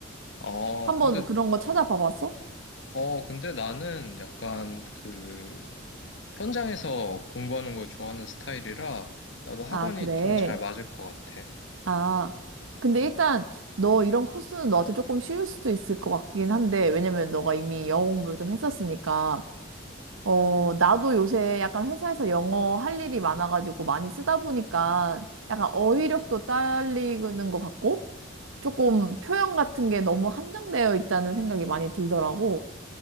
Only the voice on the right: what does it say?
한번
그런 거 찾아봐 봤어?
아, 그래.
아. 근데 일단 너 이런 코스는 너한테 조금 쉬울 수도 있을 것 같긴 한데, 왜냐면 너가 이미 영어 공부를 좀 했었으니까. 어, 나도 요새 약간 회사에서 영어 할 일이 많아가지고 많이 쓰다 보니까 약간 어휘력도 딸리는 것 같고 조금 표현 같은 게 너무 한정되어 있다는 생각이 많이 들더라고.